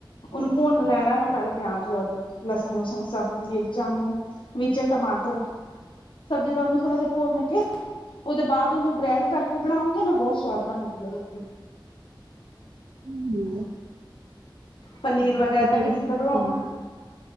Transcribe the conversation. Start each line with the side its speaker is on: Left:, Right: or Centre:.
Left: ਉਹਨੂੰ ਭੁੰਨ ਲੈਣਾ ਵਾ ਪਹਿਲਾਂ ਪਿਆਜ ਰ ਲਸਣ-ਲਸਣ ਸਭ ਨੂੰ ਮਿਰਚਾਂ ਨੂੰ ਵਿੱਚ ਟਮਾਟਰ, ਸਬਜ਼ੀ ਦਾ ਉਹਨੂੰ ਥੋੜਾ ਜਿਹਾ ਭੁਨ ਕੇ। ਉਹਦੇ ਬਾਅਦ ਉਹਨੂੰ ਗ੍ਰੈਂਡ ਕਰਕੇ ਬਣਾਉਂਗੇ, ਨਾ ਬਹੁਤ ਸਵਾਦ ਬਣਦੀ ਹੈ ਰੋਟੀ। <inaudible>
Right: ਹੂੰ
Left: ਪਨੀਰ
Right: ਹੂੰ
Left: ਵਗੈਰਾ
Right: ਚਣੇ
Left: ਵੀ
Right: ਦੀ
Left: ਜਿੱਦਾਂ
Right: ਸਬਜ਼ੀ
Left: ਬਣਾਣਾ।
Right: ਕਿਵੇਂ ਬਣਾਉਂਦੇ